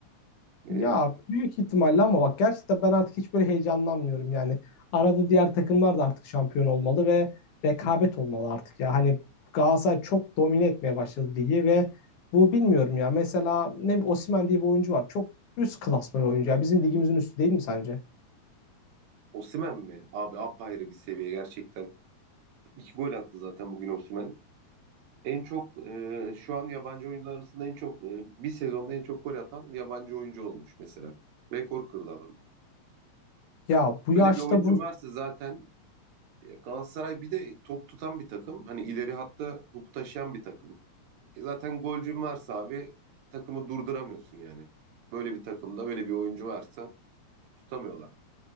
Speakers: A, on the right (about 75°); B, on the left (about 75°).
A: Ee,
B: Ya büyük ihtimalle ama bak gerçekten ben artık hiç böyle heyecanlanmıyorum yani. Arada diğer takımlar da artık şampiyon olmalı ve rekabet olmalı artık ya. Hani Galatasaray çok domine etmeye başladı ligi ve bu bilmiyorum ya. Mesela ne bileyim, Osimhen diye bir oyuncu var. Çok üst klasman bir oyuncu ya. Bizim ligimizin üstü değil mi sence?
A: Osimhen mi? Abi apayrı bir seviye gerçekten. İki gol attı zaten bugün Osimhen. En çok e, şu an yabancı oyuncular arasında en çok e, bir sezonda en çok gol atan yabancı oyuncu olmuş mesela. Rekor kırdı adam.
B: Ya bu yaşta
A: Böyle bir oyuncu
B: bu
A: varsa zaten e, Galatasaray bir de top tutan bir takım. Hani ileri hatta topu taşıyan bir takım. E zaten golcün varsa abi takımı durduramıyorsun yani. Böyle bir takımda böyle bir oyuncu varsa tutamıyorlar.